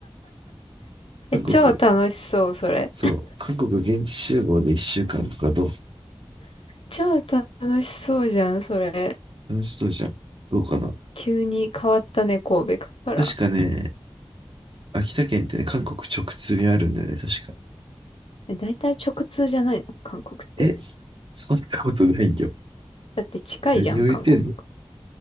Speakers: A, on the right; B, on the left.
A: 韓国、
B: え、超楽しそう、それ。
A: そう、韓国現地集合で1週間とかどう
B: 超楽しそうじゃん、それ。
A: 楽しそうじゃん。どうかな
B: 急に変わったね、神戸から。
A: 確かね、秋田県ってね、韓国直通便あるんだよね、確か。
B: え、大体直通じゃないの韓国って。
A: え、そんなことないよ。
B: だって近いじゃん、
A: 何を言ってんの
B: 韓国。